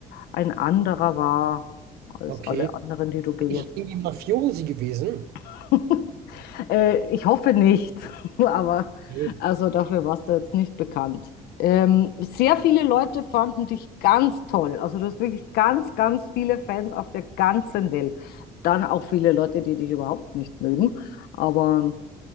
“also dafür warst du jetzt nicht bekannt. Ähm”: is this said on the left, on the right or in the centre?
Left